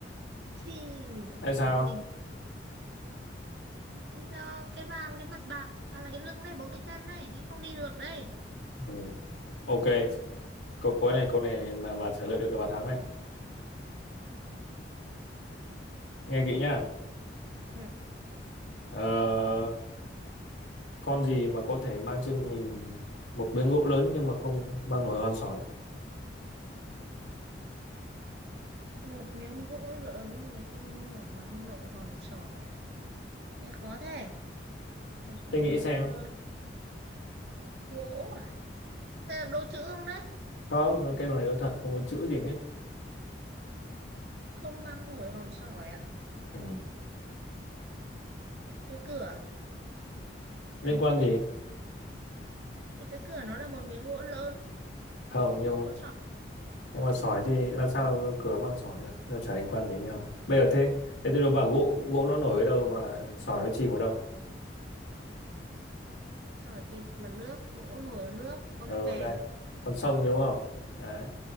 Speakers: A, on the right (about 60°); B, on the left (about 80°).
A: Thì mình thật
B: tại
A: là
B: sao
A: thông minh. Thế sao cái bàn, cái mặt bàn là cái lưng này, bốn cái chân này, thế không đi được đây.
B: ừ. ok câu cuối này câu này mà bà trả lời được là bà thắng này nghe kỹ nhá
A: ừ.
B: ờ, con gì mà có thể mang trên mình một miếng gỗ lớn nhưng mà không mang nổi hòn sỏi
A: Một miếng gỗ lớn mà không phải mang nội hòn sỏi à? Nghe khó thế. Một miếng
B: Tôi nghĩ
A: gỗ
B: xem
A: lớn, gỗ à? Đây là đố chữ không đấy?
B: không cái này có thật không có chữ gì hết
A: Không mang nổi hòn sỏi à?
B: ừ.
A: Cái cửa,
B: liên
A: phải không
B: quan
A: ta?
B: gì
A: Thì cái cửa nó là một miếng gỗ lớn,
B: không nhưng
A: không có sỏi.
B: nhưng mà sỏi thì làm sao cửa mang sỏi được nó chả liên quan gì đến nhau bây giờ thế thế tôi đâu bảo gỗ gỗ nó nổi ở đâu mà sỏi nó chìm ở đâu
A: Sỏi chìm mà nước, gỗ nổi ở nước, con
B: ở
A: bè.
B: đây con sông đúng không đấy